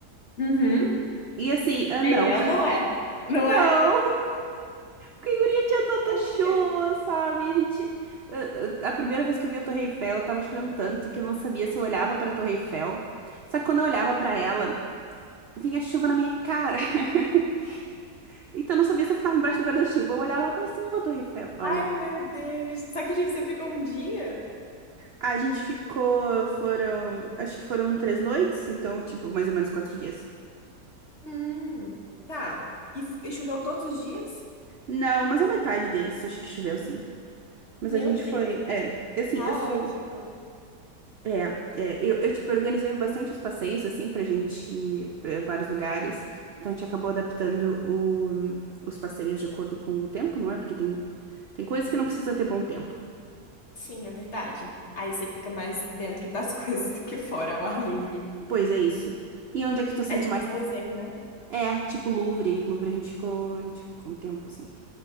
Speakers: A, on the left; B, on the right.
A: Uhum.
B: E assim, ah, não.
A: é
B: <laughs>
A: ou não é? Não
B: Não!
A: é?
B: Que guria tinha tanta
A: Como
B: chuva,
A: que é?
B: sabe? A gente. A a- a primeira vez que eu vi a Torre Eiffel, tava chovendo tanto que eu não sabia se eu olhava pra Torre Eiffel. Só que quando eu olhava pra
A: Sim.
B: ela, vinha chuva na minha cara. <laughs> Então eu não sabia se eu ficava embaixo do guarda-chuva. Eu olhava pra cima pra Torre Eiffel. Olha.
A: Ai, meu Deus. Só que tipo, você ficou um dia?
B: A gente ficou. Foram. Acho que foram três noites, então, tipo, mais ou menos quatro dias.
A: Hum, tá. E, f- e choveu todos os dias?
B: Não, mas a metade deles acho que choveu, sim. Mas
A: Meu
B: a gente
A: Deus,
B: foi. É, assim,
A: caótico.
B: eu sou. É, é, eu, eu, tipo, organizei bastante os passeios, assim, pra gente ir pra vários lugares. Então, a gente acabou adaptando o- os passeios de acordo com o tempo, não é? Porque tem, tem coisas que não precisa ter bom tempo.
A: Sim, é verdade. Aí você fica mais dentro das <laughs> coisas do que fora, ao ar livre.
B: Pois é isso. E onde é que tu sinto
A: É tipo
B: mais...
A: museu, né?
B: É, tipo Louvre. Louvre a gente ficou, a gente ficou um tempo, assim.